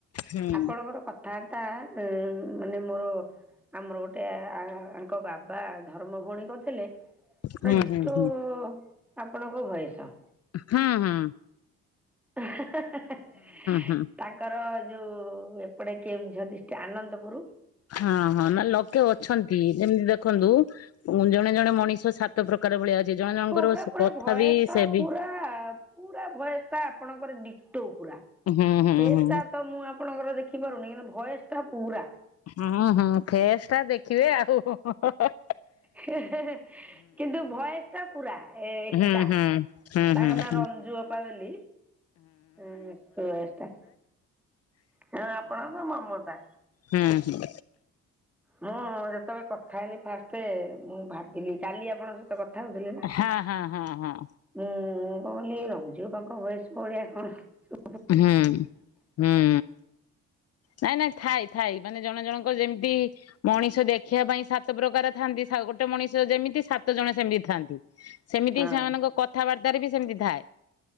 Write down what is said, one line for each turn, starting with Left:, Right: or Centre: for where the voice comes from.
Left: ହୁଁ।
Centre: ଆପଣଙ୍କର କଥାବାର୍ତ୍ତା ଉ ମାନେ ମୋର ଆମର ଗୋଟେ ଆଙ୍କ ବାବା ଧରମ ଭଉଣୀ କରିଥିଲେ ପୁରା
Left: ହୁଁ ହୁଁ
Centre: ଡିଟୋ
Left: ହୁଁ ହୁଁ ହୁଁ।
Centre: ଆପଣଙ୍କ ଭଏସ।
Left: ହଁ ହଁ।
Centre: ହେଁ ହେଁ ହେଁ ତା
Left: ହୁଁ
Centre: ତାଙ୍କର ଯୋଉ ଏପଟେ କେଉଁଝର ଡିଷ୍ଟ ଆନନ୍ଦପୁରୁ
Left: ହଁ ହଁ ନା ଲୋକେ ଅଛନ୍ତି ଯେମିତି ଦେଖନ୍ତୁ ଜଣେ ଜଣେ ମଣିଷ ସା ତ ପ୍ରକାର ଭଳିଆ ଅଛି ଜଣ ଜଣଙ୍କର
Centre: ହଁ ପୁରା ପୁରା
Left: କଥା
Centre: ଭଏସ
Left: ବି
Centre: ଟା
Left: ସେ
Centre: ପୁରା
Left: ବି
Centre: ପୁରା ଭଏସ୍ ଟା ଆପଣଙ୍କର ଡିଟୋ ପୁରା,
Left: ହୁଁ ହୁଁ
Centre: ଫେସ୍
Left: ହୁଁ
Centre: ଟା ତ ମୁଁ ଆପଣଙ୍କର ଦେଖି ପାରୁନି କିନ୍ତୁ ଭଏସଟା ପୁରା।
Left: ହଁ ହଁ ଫେସ୍ ଟା ଦେଖିବେ ଆହୁ ହୁ। ହଁ ହଁ ହଁ।
Centre: ହେ ହେ ହେ କିନ୍ତୁ ଭଏସ୍‌ଟା ପୁରା। ଏ ଏକା
Left: ହୁଁ ହୁଁ ହୁଁ ହୁଁ
Centre: ତାଙ୍କ
Left: ହୁଁ।
Centre: ନାଁ ରଞ୍ଜୁ ଅପା ବୋଲି। ଅଁ ସୁଅଷ୍ଟା ହଁ ଆପଣଙ୍କ ମମତା।
Left: ହୁଁ।
Centre: ହଁ ଯେତେବେଳେ କଥା ହେଲି ଫାଷ୍ଟ ମୁଁ ଭାବିଲି କାଲି ଆପଣ ସ ତେ କଥା ହଉଥିଲେ ନା।
Left: ହଁ ହଁ ହଁ ହଁ
Centre: ମୁଁ କହିଲି ରଞ୍ଜୁଆପାଙ୍କ ଭଏସ୍‌ ଭଳିଆ କଣ ଶୁ
Left: ହୁଁ ହୁଁ। ନାଇଁ ନାଇଁ ଥାଇ ଥାଇ ମାନେ ଜଣ ଜଣଙ୍କ ଯେମତି ମଣିଷ ଦେଖିଆ ପାଇଁ ସାତ ପ୍ରକାର ଥାନ୍ତି ସା ଗୋଟେ ମଣିଷ ଯେମିତି ସାତ ଜଣ ସେମିତି ଥାଆନ୍ତି। ସେମିତି
Centre: ହଁ
Left: ସେମାନଙ୍କ କଥାବାର୍ତ୍ତାରେ ବି ସେମିତି ଥାଏ।